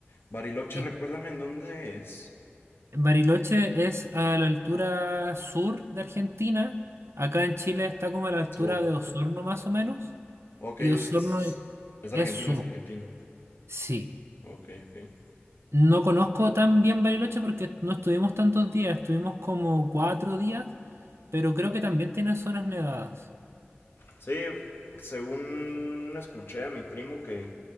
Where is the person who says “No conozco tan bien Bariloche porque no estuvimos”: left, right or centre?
Right